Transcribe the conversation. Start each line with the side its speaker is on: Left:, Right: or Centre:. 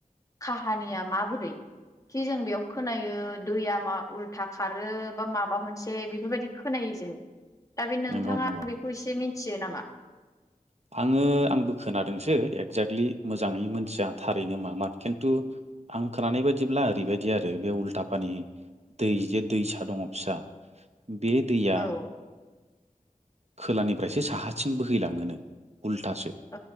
Left: काहानिया माबोरै खि जों बेयाव खोनायो दैया मा उल्था खारो बा माबा मोनसे बेफोरबायदि खोनायो जों दा बे नोंथाङां
Right: नंगौ नंगौ
Left: बेखौ एसे मिथियो नामा?
Right: आङो आंबो खोनादोंसो एकजाक्टलि मोजाङै मोनथिया थारैनो मामार किन्थु आं खोनानाय बायदिब्ला ओरैबायदि आरो बे उल्था पानि दै जे दैसा दङ फिसा
Left: <inaudible>
Right: बे दैया
Left: औ
Right: खोलानिफ्रायसो साहाथिं बोहैलाङोनो। उल्थासो
Left: औ